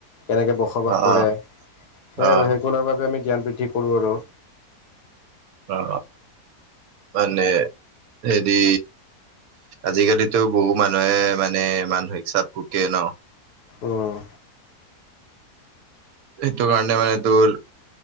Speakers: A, on the left; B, on the right.
A: কেনেকে বসবাস
B: অ', অ',
A: কৰে,
B: অ',
A: সেই আৰু সেইকলৰ বাবে আমি জ্ঞান বৃদ্ধি কৰোঁ আৰু।
B: অ' মানে, হেৰি আজিকালিতো বহু মানুহে মানে মানসিক চাপ ভোকে ন,
A: উম'
B: সেইটো কাৰণে মানে তোৰ